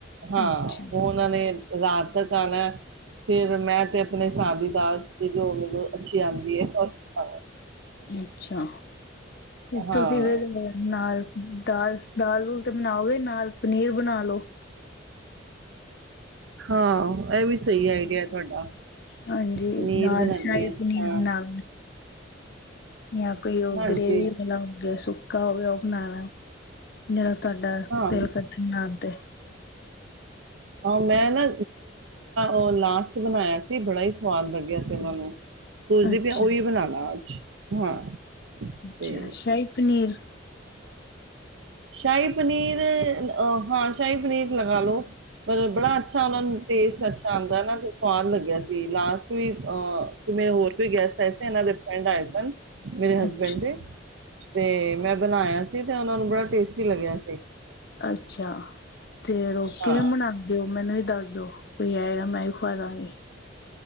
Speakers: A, on the right; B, on the left.
A: ਹਾਂ
B: ਅੱਛਾ,
A: ਉਹਨਾ ਨੇ। ਰਾਤ ਤਕ ਆਨਾ ਫੇਰ ਮੈ ਤੇ ਆਪਣੇ ਹਿਸਾਬ ਚ, ਦਾਲ ਤੇ ਜੋ ਮੈਨੂੰ ਅੱਛਾ ਆਦੀ ਐ ਉਹ ਸਿਖਾਵਾਂਗਾ।
B: ਅੱਛਾ ਤੇ
A: ਹਾਂ
B: ਤੁਸੀ ਔਦੇ ਨਾਲ ਨਾਲ ਦਾਲ, ਦਾਲ ਦੂਲ ਤੇ ਬਣਾਓਗੇ ਨਾਲ ਪਨੀਰ ਬਣਾ ਹੈਲੋ,
A: ਹਨ ਐ ਵੀ ਸਹੀ ਐ ਆਡੀਆ ਤੁਹਾਡਾ,
B: ਹਾਂਜੀ
A: ਪਨੀਰ
B: ਨਾਲ
A: ਬਣਾਉਣੀ
B: ਸ਼ਾਹੀ
A: ਹੈ
B: ਪਨੀਰ
A: ਹਾਂ
B: ਬਣਾ ਨਾ ਕੋਈ ਉਹ
A: ਹਾਂਜੀ
B: ਗ੍ਰਵੀ ਆਲਾ ਹੁੰਦਾ ਸੁੱਕਾ ਹੋਗਿਆ ਉਹ ਬਣਾਣਾ ਨਾ ਤੁਹਾਡਾ ਦਾ
A: ਹਾਂ
B: ਤੇਲ ਕੱਢ ਨਾੜਦੇ,
A: ਹਾਂ ਮੈ ਨਾ ਉਹ ਲਾਸਟ ਬਣਾਇਆ ਸੀ, ਬੜਾ ਹੀ ਸਵਾਦ ਲਗਾਇਆ ਸੀ ਮੈਨੂੰ, ਸੋਚਦੀ
B: ਅੱਛਾ।
A: ਪਈ ਆ ਓਹੀ ਬਣਾਲਾ, ਹਾਂ,
B: ਅੱਛਾ
A: ਤੇ
B: ਸ਼ਾਹੀ ਪਨੀਰ
A: ਸ਼ਾਹੀ ਪਨੀਰ ਅ ਹਾਂ ਸ਼ਾਹੀ ਪਨੀਰ ਲਗਾ ਲੋ, ਮਤਲਬ ਬੜਾ ਅੱਛਾ ਉਹਨਾ ਨੂੰ ਟੇਸਟ ਰੱਖ ਪਸੰਦ ਐ ਨਾ ਫੇਰ ਸਵਾਦ ਲੱਗਿਆ ਸੀ, ਲਾਸਟ ਵੀ ਅਹ ਮੇਰੇ ਹੋਰ ਕੋਈ ਗੈਸਟ ਆਏ ਸੀ ਇਹਨਾਂ ਫਰੈਡ ਆਏ ਸਨ। ਮੇਰੇ ਹਸਬੈਂਡ
B: ਅੱਛਾ।
A: ਦੇ ਤੇ ਮੈਂ ਬਣਾਇਆ ਸੀ। ਯਾਰ ਅੰਬ ਬੜਾ ਟੇਸਟੀ ਸੀ ਲੱਗਿਆ ਸੀ
B: ਅੱਛਾ ਤੇ ਉਹ ਕਿਵੇਂ
A: ਹਾਂ
B: ਬਨਾਤੇ ਹੋ ਮੈਨੂੰ ਦੱਸਦੋ ਦੋ ਕੋਈ, ਜੈ ਰਾਮ, ਵਾਹਿਗੁਰੂ ਪਤਾ ਨਹੀ